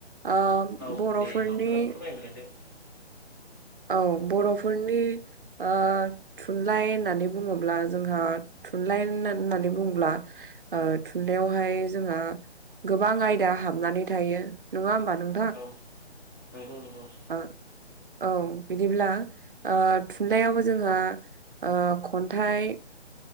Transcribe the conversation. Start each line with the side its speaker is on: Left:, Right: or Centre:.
Right: ओ
Left: औ
Right: बर'फोरनि
Left: दे <unintelligible>
Right: औ बर'फोरनि ओ थुनलाइ होननानै बुङोब्ला जोंहा थुनलाइ होनना-होननानै बुङोब्ला ओ थुनलाइयावहाय जोंहा गोबां आयदा हाबनानै थायो नङा होमबा नों
Left: औ नंगौ नंगौ।
Right: ओ औ बिदिब्ला ओ थुनलाइयावबो जोंहा ओ खन्थाइ,